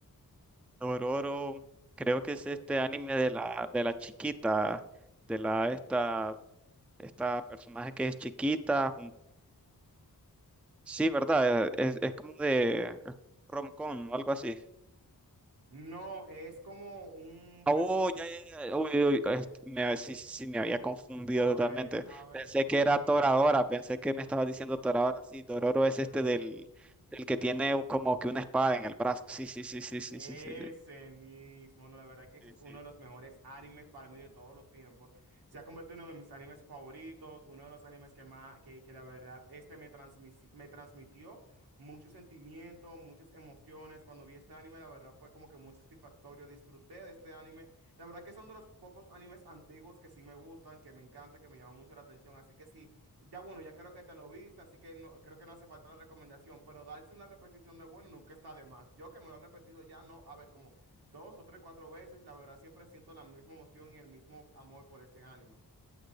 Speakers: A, in the centre; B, on the right.
A: Dororo, creo que es este anime de la, de la chiquita, de la esta, esta personaje que es chiquita. un- Sí, ¿verdad? E-, Es, es como de es rom-com o algo así.
B: No, es como un
A: Ah,
B: person...
A: Oh, ya, ya, ya. Uy, uy, este, me, sí, sí, sí, me había confundido
B: A
A: totalmente.
B: ver, a ver.
A: Pensé que era Toradora, pensé que me estaba diciendo Toradora. Sí, Dororo es
B: No.
A: este del, del que tiene como que una espada en el brazo. Sí, sí, sí, sí, sí,
B: Ese
A: sí, sí, sí.
B: mismo, no, la verdad que ese
A: Sí,
B: es
A: sí.
B: uno de los mejores animes para mí de todos los tiempos. Se ha convertido en uno de mis animes favoritos, uno de los animes que más, que, que la verdad, este me transmisi- me transmitió muchos sentimientos, muchas emociones. Cuando vi este anime, la verdad fue como que muy satisfactorio. Disfruté de este anime. La verdad que son de los pocos animes antiguos que sí me gustan, que me encanta, que me llaman mucho la atención. Así que sí. Ya bueno, ya creo que te lo viste, así que no, creo que no hace falta la recomendación, pero darse una repetición de bueno nunca está de más. Yo que me lo he repetido ya, no, a ver, como dos o tres, cuatro veces, la verdad siempre siento la misma emoción y el mismo amor por este anime.